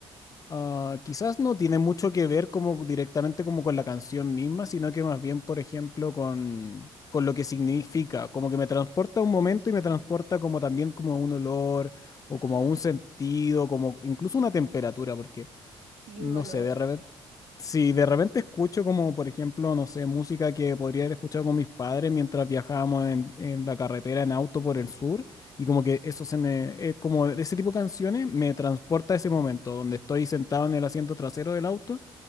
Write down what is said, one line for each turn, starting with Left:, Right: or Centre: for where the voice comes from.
Left: Ah, quizás no tiene mucho que ver como directamente como con la canción misma, sino que más bien, por ejemplo, con, con lo que significa, como que me transporta a un momento y me transporta como también como a un olor o
Right: <gasps>
Left: como a un sentido, como incluso una temperatura, porque
Right: Y
Left: no
Right: un olor.
Left: sé, de repente, si de repente escucho como, por ejemplo, no sé, música que podría haber escuchado con mis padres mientras viajábamos en, en la carretera en auto por el sur, y como que eso se me, eh, como ese tipo de canciones me transporta a ese momento donde estoy sentado en el asiento trasero del auto,